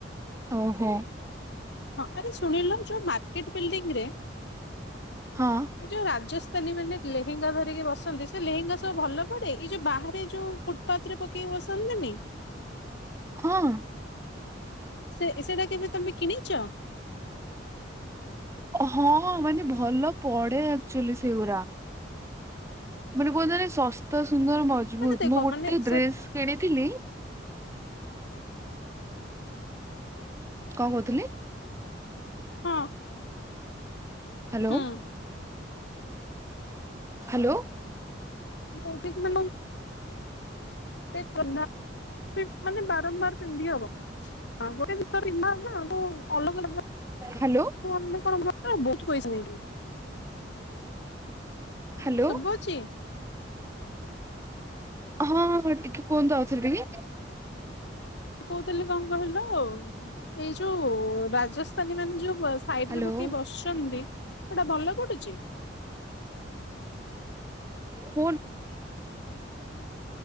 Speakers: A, on the right; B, on the left.
A: ଓହଁ
B: ହଁ ଆରେ ଶୁଣିଲୁ ଯୋଉ ମାର୍କେଟ ବିଲଡିଙ୍ଗରେ
A: ହଁ
B: ଏ ଯୋଉ ରାଜସ୍ଥାନୀ ମାନେ ଲେହେଙ୍ଗା ଧରିକି ବସନ୍ତି ସେ ଲେହେଙ୍ଗା ସବୁ ଭଲ ପଡେ ଏଇ ଯୋଉ ବାହାରେ ଯୋଉ ପାତରେ ପକେଇକି ବସନ୍ତିନି?
A: ହଁ
B: ସେ ସେଟା କେବେ ତମେ କିଣିଛ?
A: ହଁ ମାନେ ଭଲ ପଢେ ଆକ୍ଚୁଆଲି ସେଗୁଡା। ମାନେ କୁହନ୍ତ ଶସ୍ତା ସୁନ୍ଦର ମଜବୁତ
B: ମାନେ ଦେଖ
A: ମୁଁ ଗୋଟେ
B: ମାନେ
A: ଡ୍ରେସ
B: ସେ
A: କିଣିଥିଲି କଣ କହୁଥିଲି?
B: ହଁ।
A: ହ୍ୟାଲୋ
B: ହୁଁ
A: ହ୍ୟାଲୋ।
B: କହୁଥିଲି କି <inaudible> ମାନେ ବାରମ୍ବାର ପିନ୍ଧି ହବ ଗୋଟେ ଦ ପିନ୍ଧା ନା ଆ ଅଲଗା ଅଲଗା
A: ହ୍ୟାଲୋ।
B: କଣ ବହୁତ ପଇସା ନେଇଥିବେ।
A: ହ୍ୟାଲୋ।
B: ଶୁଭୁଛି
A: ହଁ ହଁ ଟିକେ କୁହନ୍ତୁ ଆଉଥରେ ଟିକେ।
B: କହୁଥିଲି କଣ କହିଲ ଏଇ ଯୋଉ ରାଜସ୍ଥାନୀ ମାନେ ଯୋଉ ସାଇଡରେ
A: ହ୍ୟାଲୋ
B: ପକେଇ ବସଛନ୍ତି ସେଟା ଭଲ ପଡୁଛି?
A: ହୁଁ।